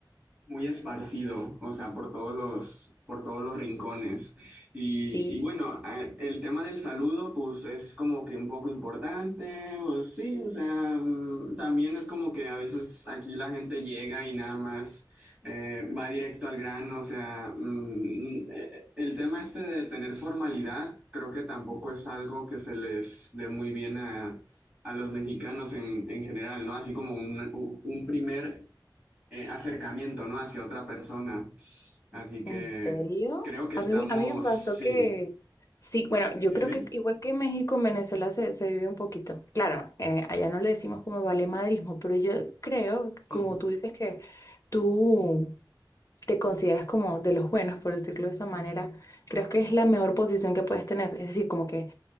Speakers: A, on the right; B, on the left.
A: muy esparcido, o sea, por todos los, por todos los rincones. Y,
B: Sí,
A: y bueno, eh, el tema del saludo, pues es como que un poco importante, pues sí, o sea, mm, también es como que a veces aquí la gente llega y nada más eh, va directo al grano, o sea, mm, eh, el tema este de tener formalidad, creo que tampoco es algo que se les dé muy bien a... a los mexicanos en, en general, ¿no? Así como un, un primer eh, acercamiento, ¿no? Hacia otra persona. Así
B: ¿En
A: que
B: serio?
A: creo que
B: A
A: estamos,
B: mí, a mí me pasó
A: sí.
B: que, sí, bueno, yo
A: ¿Y
B: creo
A: dime?
B: que igual que México, en Venezuela se, se vive un poquito. Claro, eh, allá no le decimos como vale madrismo, pero yo creo,
A: <laughs>
B: como tú dices que tú te consideras como de los buenos, por decirlo de esa manera, creo que es la mejor posición que puedes tener. Es decir, como que